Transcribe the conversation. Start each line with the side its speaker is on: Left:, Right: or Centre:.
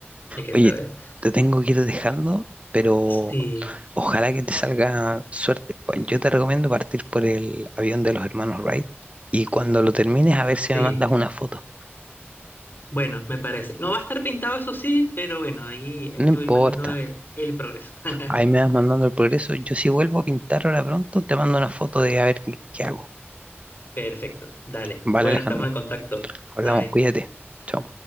Left: hay que
Right: Oye,
Left: saber.
Right: te tengo que ir dejando, pero
Left: Sí,
Right: Ojalá que te salga suerte. Pa- Yo te recomiendo partir por el avión de los hermanos Wright y cuando lo termines a ver si
Left: sí.
Right: me mandas una foto.
Left: Bueno, me parece. No va a estar pintado, eso sí, pero bueno, ahí, ahí
Right: No
Left: te
Right: importa.
Left: voy mandando el, el progreso. <laughs>
Right: Ahí me vas mandando el progreso. Yo si vuelvo a pintar ahora pronto, te mando una foto de a ver qué, qué hago.
Left: Perfecto. Dale.
Right: Vale,
Left: Bueno,
Right: Alejandro.
Left: estamos en contacto.
Right: Hablamos,
Left: Bye.
Right: cuídate. Chao.